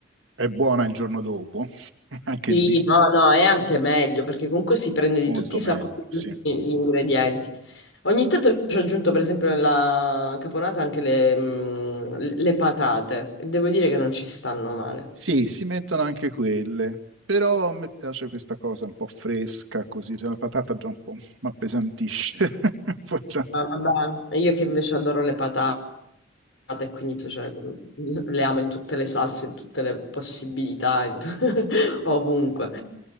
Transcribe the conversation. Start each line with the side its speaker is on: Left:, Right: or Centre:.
Right: è buona il giorno dopo, <laughs> anche
Left: Sì,
Right: lì,
Left: no, no, è anche meglio, perché comunque si prende di
Right: molto
Left: tutti i
Right: meglio,
Left: sapori, di
Right: sì.
Left: tutti gli ingredienti. Ogni tanto ci ho aggiunto, per esempio, nella caponata anche le, mm, le patate, e devo dire che non ci stanno male.
Right: Sì, si mettono anche quelle, però a me piace questa cosa un po' fresca, così, cioè la patata già un po' mi appesantisce. <laughs> Guarda.
Left: Ah, vabbè. Io che invece adoro le patate. e quindi cioè, le amo in tutte le salse, in tutte le possibilità, in tu- <laughs> ovunque.